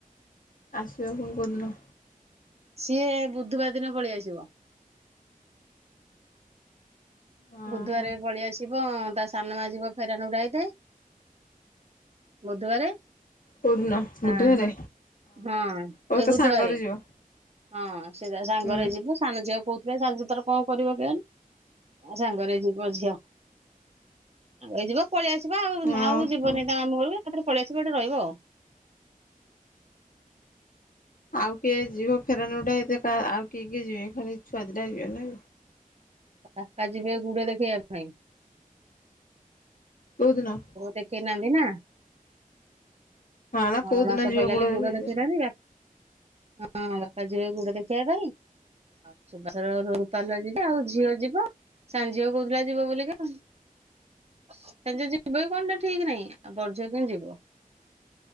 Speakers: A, on the left; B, on the right.
A: ଆସିବ ପୁଣି କୋଉଦିନ
B: ସିଏ ବୁଧବାର ଦିନ ପଳେଇ ଆସିବ।
A: ଓହୋ
B: ବୁଧବାର ପଳିଆସ ଯିବ ତା ସାନମା ଯିବ ଫେରାନ ଉଡାଇଥା ବୁଧବାର
A: କୋଉଦିନ ବୁଧବାରେ
B: ତ ହଁ
A: ଓ
B: ଏ
A: ତୋ
B: ବୁଧବାରେ।
A: ସାଙ୍ଗରେ ଯିବ
B: ହଁ ସେଟା ସାଙ୍ଗରେ
A: ହୁଁ
B: ଯିବୁ ସାନ ଝିଅ କହୁଥିଲେ ସାନ ଝିଅ ତର କଣ କରିବ କେଜାଣି। ଆଉ ସାଙ୍ଗରେଇ ଯିବ ଝିଅ ସାଙ୍ଗ ହେଇ ଯିବ ପଳେଇଆ ଆସିବା ଆଉ
A: ଓହୋ।
B: ଆଉ ଯିବନି ତା ମାମୁ ଘରକୁ ଏକାଥରେ ପଳେଇ ଆସିବେ ଏଇଠି ରହିବ।
A: ଆଉ କିଏ ଯିବ ଫେରାନ ଟା ଏତେ ଆଉ କିଏ କିଏ ଯିବେ ଖାଲି ଛୁଆ ଦିଟା ଯିବ ନା।
B: ବାପା ଜିିବ ଗୁଡେ ଦେଖେଇବା ପାଇଁ।
A: କୋଉଦିନ।
B: ଦେଖେଇନାହାନ୍ତି ନା?
A: ହଁ ନା
B: ମଳ
A: କୋଉ ଦିନ
B: ମାସ
A: ଯିବେ
B: ପଇଲା
A: କୋଉଟା
B: ବୋଲି ଗୁଡ
A: ହୁଁ
B: ଦେଖେଇନାହାନ୍ତି ବ ହଁ ବାପା ଯିବେ ଗୁଡ଼ ଦେଖେଇବା ପାଇଁ। ସୁବାସର ରୂପାଲିର ଯିବେ ଆଉ ଝିଅ ଯିବ। ସାଞଝିଅ କହୁଥିଲା ଯିବ ବୋଲିକା ସାନ୍ ଜି ଯିବ କଣ ଟା ଠିକ ନାଇଁ ଆଉ ବଡଝିଅ ଯିବ।